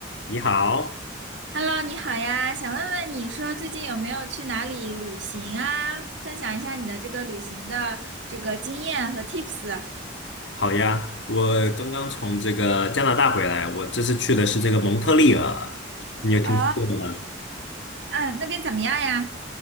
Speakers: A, on the left (about 70°); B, on the right (about 75°).
A: 你好，
B: Hello，你好呀，想问问你说最近有没有去哪里旅行啊？分享一下你的这个旅行的这个经验和 tips。
A: 好呀，我刚刚从这个加拿大回来，我这次去的是这个蒙特利尔，你有听说过吗？
B: 哦，嗯，那边怎么样呀？